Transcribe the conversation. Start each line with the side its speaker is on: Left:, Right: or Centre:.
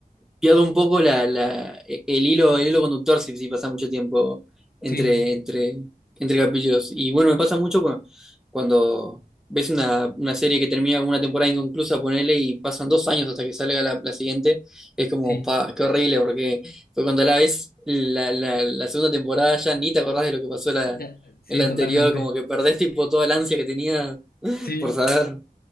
Centre: pierdo un poco la, la- el hilo, el hilo conductor si, si pasa mucho tiempo entre,
Left: Sí,
Centre: entre, entre capítulos. Y bueno, me pasa mucho cu- cuando ves una, una serie que termina con una temporada inconclusa, ponele, y pasan dos años hasta que salga la, la siguiente, es como,
Left: sí.
Centre: pa, qué horrible, porque fue cuando la ves la, la, la segunda temporada ya ni te acordás de lo que pasó la,
Left: Ya, sí,
Centre: en la
Left: totalmente.
Centre: anterior, como que perdés tipo toda la ansia que tenía
Left: Sí,
Centre: por saber.